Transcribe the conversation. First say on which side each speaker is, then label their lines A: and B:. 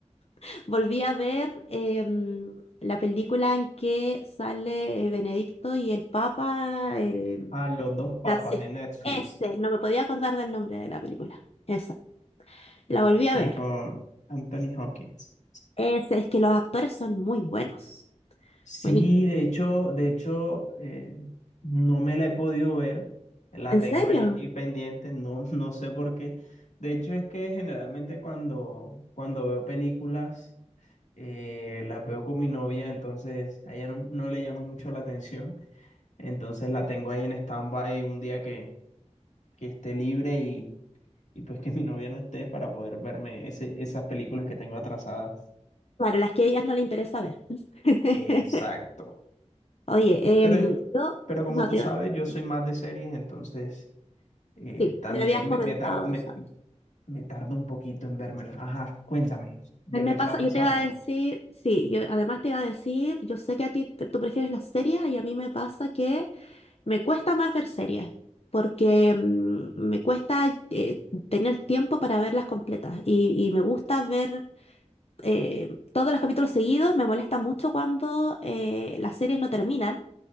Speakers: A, on the left (about 55°); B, on the left (about 75°).
A: <laughs> volví a ver em, la película en que sale eh, Benedicto y el Papa, el
B: Ah, Los dos papas
A: Francisco.
B: de Netflix.
A: Ese, no me podía acordar del nombre de la película. Esa, la volví a
B: Sí,
A: ver.
B: con Anthony Hopkins.
A: Ese, es que los actores son muy buenos.
B: Sí,
A: Buenísimo.
B: de hecho, de hecho, eh, no me la he podido ver. La
A: ¿En
B: tengo
A: serio?
B: ahí pendiente, no, <laughs> no sé por qué. De hecho, es que generalmente cuando, cuando veo películas, eh, las veo con mi novia, entonces a ella no, no le llama mucho la atención. Entonces la tengo ahí en stand-by un día que, que esté libre y pues que mi novia no esté para poder verme ese, esas películas que tengo atrasadas.
A: Claro, las que a ellas no les interesa ver. <laughs>
B: Exacto.
A: Oye, em,
B: Pero,
A: yo
B: pero como
A: no
B: tú
A: te...
B: sabes, yo soy
A: Sí,
B: más de series, entonces eh,
A: sí,
B: también
A: me habías comentado
B: me, me, tar- me,
A: eso antes.
B: me tardo un poquito en vérmelas. Ajá, cuéntame, ¿de
A: A mí me
B: qué
A: pasa,
B: trata
A: yo
B: esa
A: te iba
B: película?
A: a decir, sí, yo además te iba a decir, yo sé que a ti te- tú prefieres las series y a mí me pasa que me cuesta más ver series porque mm, me cuesta eh, tener tiempo para verlas completas y, y me gusta ver eh, todos los capítulos seguidos, me molesta mucho cuando eh, las series no terminan